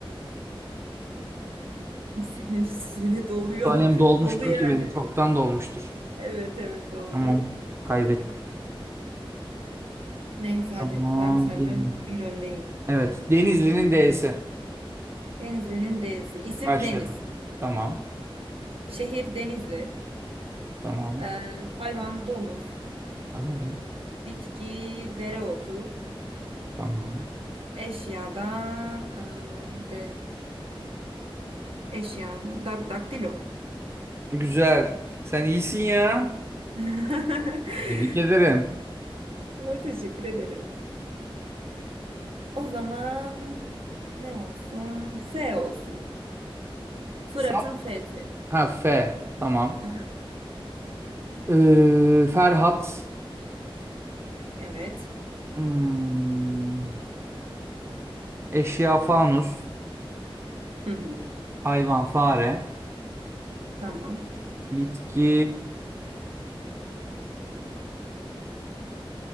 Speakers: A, on the right; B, on the right.
A: <laughs> Senin süre doluyor.
B: Tanem
A: <laughs>
B: dolmuştur
A: Doldu yani.
B: ki benim. Çoktan dolmuştur.
A: Evet evet oldu.
B: Tamam. Kaybettim.
A: Neyse hadi
B: Tamam.
A: ben senden
B: geliyor.
A: bir öndeyim.
B: Evet. Denizli'nin D'si.
A: Denizli'nin D'si. İsim
B: Başladı.
A: Deniz.
B: Tamam.
A: Şehir Denizli.
B: Tamam.
A: Ee, hayvan domuz.
B: Tamam.
A: Bitki dereotu.
B: Tamam.
A: Eşyada ee, de eşyanı dak daktilo.
B: Güzel. Sen iyisin ya.
A: <laughs>
B: Tebrik ederim.
A: Ha, Teşekkür ederim. O zaman ne olsun? F olsun. Fırat'ın
B: Sa-
A: F'si.
B: Ha F. Tamam.
A: Hı
B: Ee, Ferhat.
A: Evet.
B: Hmm, Eşya fanus.
A: Hı hı.
B: Hayvan fare.
A: Tamam.
B: Bitki